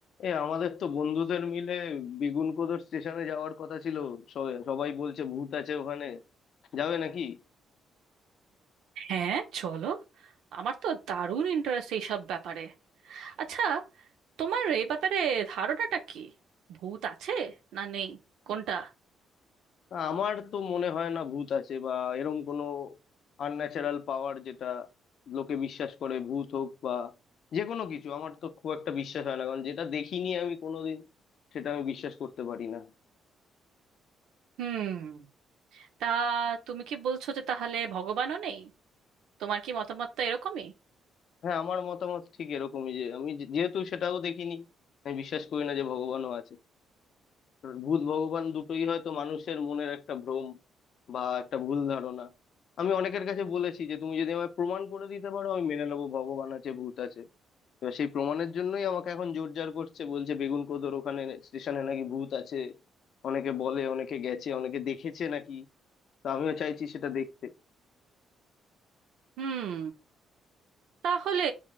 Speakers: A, on the left (about 65°); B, on the right (about 80°).
A: এ আমাদের তো বন্ধুদের মিলে বেগুনকোদর স্টেশনে যাওয়ার কথা ছিল স- সবাই বলছে ভূত আছে ওখানে যাবে নাকি
B: হ্যাঁ চলো আমার তো দারুণ ইন্টারেস্ট এইসব ব্যাপারে আচ্ছা তোমার এই ব্যাপারে ধারণাটা কি ভূত আছে না নেই কোনটা
A: না, আমার তো মনে হয় না ভূত আছে বা এরম কোনো আনন্যাচারাল পাওয়ার যেটা লোকে বিশ্বাস করে ভূত হোক বা যে কোনো কিছু আমার তো খুব একটা বিশ্বাস হয় না কারণ যেটা দেখিনি আমি কোনোদিন সেটা আমি বিশ্বাস করতে পারি না
B: হুম তা তুমি কি বলছো যে তাহলে ভগবানও নেই তোমার কি মতামতটা এরকমই
A: হ্যাঁ আমার মতামত ঠিক এরকমই যে আমি যে- যেহেতু সেটাও দেখিনি আমি বিশ্বাস করি না যে ভগবানও আছে ভূত ভগবান দুটোই হয়তো মানুষের মনের একটা ভ্রম বা একটা ভুল ধারণা আমি অনেকের কাছে বলেছি যে তুমি যদি আমায় প্রমাণ করে দিতে পারো আমি মেনে নেবো ভগবান আছে ভূত আছে এবার সেই প্রমাণের জন্যই আমাকে এখন জোরজার করছে বলছে বেগুন কোদোর ওখানে স্টেশনে নাকি ভূত আছে অনেকে বলে অনেকে গেছে অনেকে দেখেছে নাকি তো আমিও চাইছি সেটা দেখতে
B: হুম তাহলে